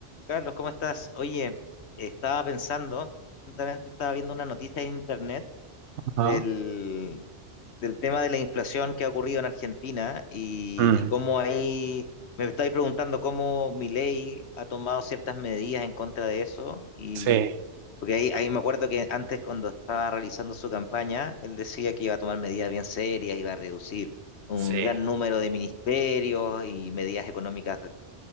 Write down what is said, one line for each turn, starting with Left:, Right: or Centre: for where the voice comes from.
Left: Carlos, ¿cómo estás? Oye, estaba pensando, justamente estaba viendo una noticia en internet
Right: Ah,
Left: del, del tema de la inflación que ha ocurrido en Argentina y,
Right: mm,
Left: y cómo ahí me estáis preguntando cómo Milei ha tomado ciertas medidas en contra de eso. Y
Right: sí,
Left: porque ahí, ahí me acuerdo que antes, cuando estaba realizando su campaña, él decía que iba a tomar medidas bien serias, iba a reducir un
Right: sí,
Left: gran número de ministerios y medidas económicas